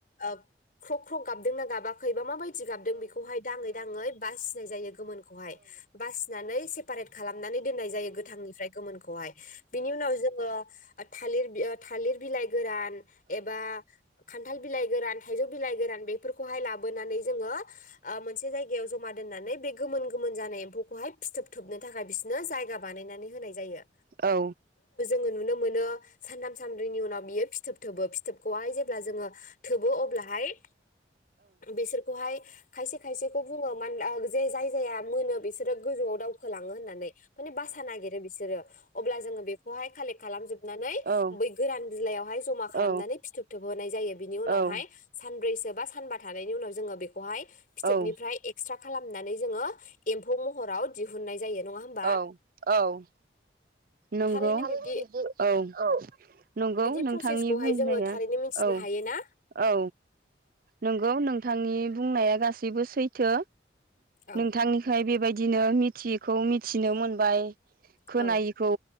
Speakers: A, on the left; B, on the right.
A: ओब ख्र' ख्र' गाबदोंना गाबाखैबा माबाय दि गाबदों बेखौहाय दाङै दाङै बास जायो गोमोनखौहाय बासिनानै सेपारेट खालामनानै दोननाय जायो गोथांनिफ्राय गोमोनखौहाय बिनि उनाव जों ओ थालिर थालिर बिलाइ गोरान एबा खान्थाल बिलाइ गोरान थाइजौ बिलाइ गोरान बेफोरखौहाय लाबोनानै जोङो ओ मोनसे जायगायाव जमा दोननानै बे गोमोन गोमोन जानाय एम्फौखौहाय फिथोब थोबनो थाखाय बिसोरनो जायगा बानायनानै होनाय जायो
B: औ
A: ङो नुनो मोनो सानथाम सानब्रैनि उनाव बियो फिथोब थोबो फिथोबखौहाय जेब्ला जोङो थोबो अब्लाहाय बिसोरखौहाय खायसे खायसेखौ बुङो <unintelligible> जे जाय जाया मोनो बिसोरो गोजौआव दावखोलाङो होननानै माने बासा नागिरो बिसोरो अब्ला जोङो बे खौहाय कालेक खालामजोब नानै
B: औ
A: बै गोरान बिलाइयावहाय जमा खालामनानै
B: औ
A: फिथोब थोबहोनाय जायो बिनि उनावहाय
B: औ
A: सानब्रै सो बा सानबा थानायनि उनाव जोङो बे खौहाय फिथोबनिफ्राय
B: औ
A: एक्सथ्रा खालामनानै जोङो एम्फौ महराव दिहुननाय जायो नङा होमबा
B: औ औ नंगौ
A: थारैनो बिब्दि
B: औ नंगौ
A: बिदि
B: नोंथांनि
A: प्रसेसखौहाय
B: बुंनाया
A: जोङो थारैनो मिथिनो
B: औ
A: हायो ना
B: औ नंगौ नोंथांनि बुंनाया गासैबो सैथो
A: औ
B: नोंथांनिफ्राय बेबाय दिनो मिथियैखौ मिथिनो मोनबाय खोनायैखौ
A: औ